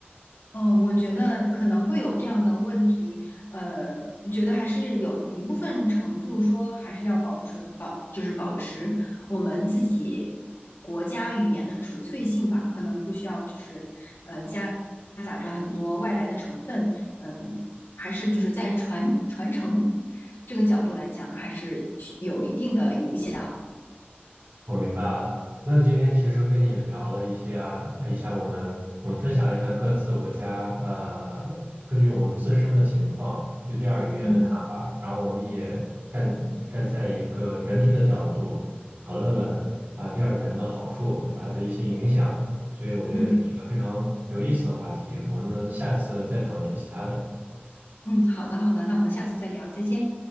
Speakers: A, on the left (about 80°); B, on the right (about 65°).
A: 嗯，我觉得可能会有这样的问题，呃，觉得还是有一部分程度说还是要保持保，就是保持我们自己国家语言的纯粹性吧，可能不需要就是嗯、呃、夹杂着很多外来的成分，嗯，还是就是在传传承这个角度来讲，还是有一定的影响。
B: 我明白了。那今天其实跟你聊了一些啊，呃一下我们我们分享了一下各自国家呃，根据我们自身的情况对第二语言的看法，
A: 嗯，
B: 然后我们也站站在一个整体的角度讨论了啊、第二语言的好处和它的一些影响，所以我觉得这是一个非常有意思的话题，
A: 嗯
B: 我们能下次再讨论一些其他的。
A: 嗯，好的好的，那我们下次再聊，再见。